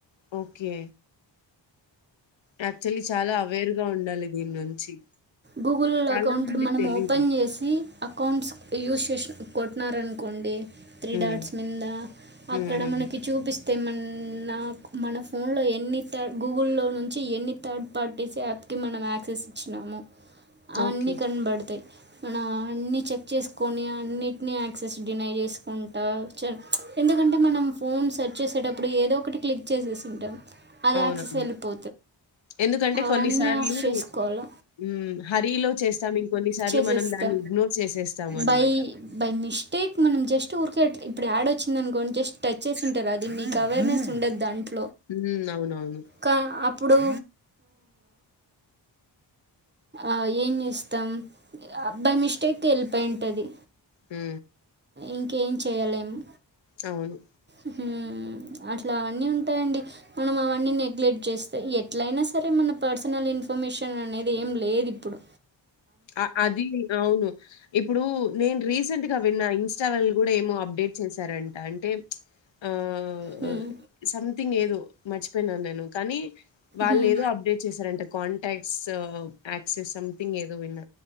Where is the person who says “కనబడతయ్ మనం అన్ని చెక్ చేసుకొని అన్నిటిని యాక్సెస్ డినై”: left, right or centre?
Right